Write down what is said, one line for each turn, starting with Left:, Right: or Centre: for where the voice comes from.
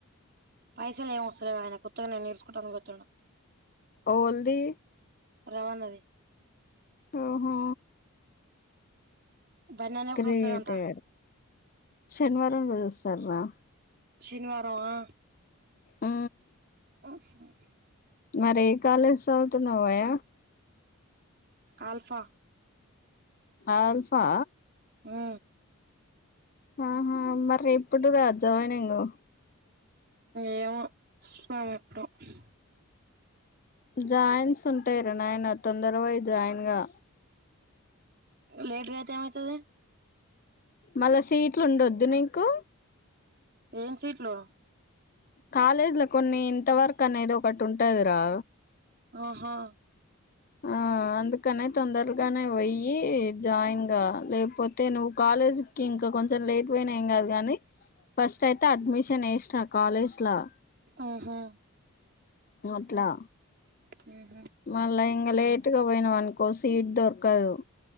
Right: పైసలు ఏం వస్తల్లేవు ఆయన కొత్తగానే నేర్చుకుంటానికి పోతున్నా
Left: ఓవల్ది
Right: రవాన్నది
Left: ఓహో
Right: బన్నీ అన్న ఎప్పుడు
Left: గ్రేటె
Right: వస్తాడంట
Left: శనివారం రోజూ ఒస్తారు రా
Right: శనివారం ఆ
Left: ఆ
Right: <inaudible>
Left: మరి ఏ కాలేజ్ చదువు తున్నావయ
Right: ఆల్ఫా
Left: ఆల్ఫా
Right: ఆ
Left: ఆహా మరి ఎప్పుడు రా జాయినింగు
Right: ఏమొ మా అమ్మ ఇష్టం
Left: జాయిన్స్ ఉంటాయి రా నాయన తొందరపోయి జాయిన్ గా
Right: లేటుగ అయితే ఏమైతది
Left: మళ్ళా సీట్లు ఉండొద్దు నీకు
Right: ఏం సీట్లు
Left: కాలేజీ లో కొన్ని ఇంతవరకు అనేది ఒకటి ఉంటదిరా
Right: ఆహా
Left: ఆ అందుకనే తొందరగానే పోయ్యి జాయిన్ గా లేపు పోతే నువ్వు కాలేజి కి ఇంకా కొంచెం లేట్ పోయినా ఏం కాదు కానీ ఫస్ట్ అయితే అడ్మిషన్ ఎసిర కాలేజ్ ల
Right: ఆహా
Left: గట్లా
Right: ఊహు
Left: మళ్ళా ఇంకా లేటుగా పోయినావు అనుకో సీట్ దొరకదు